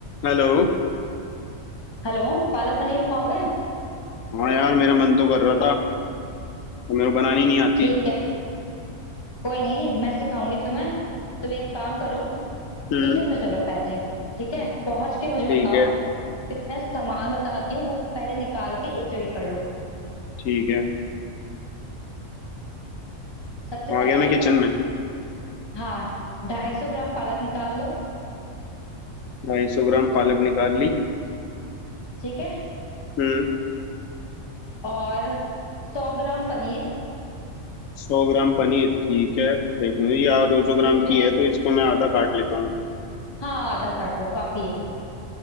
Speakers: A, on the left; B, on the left.
A: Hello
B: Hello Palak paneer खाओगे
A: हाँ यार मेरा मन तो कर रहा था और मेरे को बनानी नहीं आती
B: ठीक है कोई नहीं मैं सिखाऊंगी तुम्हें तुम एक काम करो
A: हम्म
B: किचन में चलो पहले ठीक है पहुंच के मुझे बताओ
A: ठीक है
B: फिर मैं सामान बताती हूँ वो पहले निकाल के एक जगह कर लो
A: ठीक है
B: सबसे
A: आ
B: पहले
A: गया मैं किचन में
B: हाँ ढाई सौ ग्राम पालक निकाल लो
A: ढाई सौ ग्राम पालक निकाल ली
B: ठीक है
A: हम्म
B: और सौ ग्राम पनीर
A: सौ ग्राम पनीर ठीक है देखो ये आ दो सौ ग्राम
B: ठीक है
A: की है तो इसको मैं आधा काट लेता हूँ
B: हाँ आधा काट लो काफी है